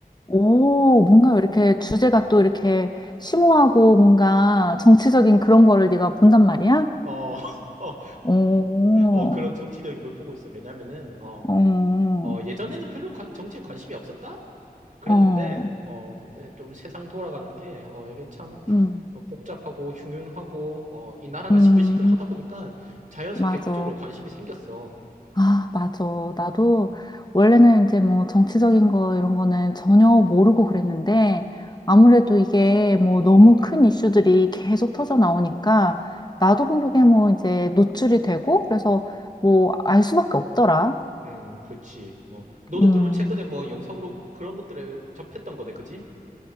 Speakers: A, on the left; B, on the right.
A: 오, 뭔가 이렇게 주제가 또 이렇게 심오하고 뭔가 정치적인 그런 거를 네가 본단 말이야?
B: 어, <laughs> 어, 어,
A: 오,
B: 어, 그런 정치적인 걸 보고 있어. 왜냐면은, 어,
A: 어, 어,
B: 어, 예전에는 별로 관- 정치에 관심이 없었다? 그랬는데,
A: 어.
B: 어, 근데 좀 세상 돌아가는 게, 어, 이게 참
A: 음,
B: 어, 복잡하고 흉흉하고, 어, 이 나라가
A: 음,
B: 시끌시끌 하다 보니까 자연스럽게
A: 맞아.
B: 그쪽으로 관심이 생겼어.
A: 아, 맞아. 나도 원래는 이제 뭐 정치적인 거 이런 거는 전혀 모르고 그랬는데 아무래도 이게 뭐 너무 큰 이슈들이 계속 터져 나오니까 나도 모르게 뭐 이제 노출이 되고 그래서 뭐 알 수밖에 없더라.
B: 음, 그치. 어, 너도
A: 음.
B: 그러면 최근에 뭐 영상으로 그런 것들을 접했던 거네, 그지?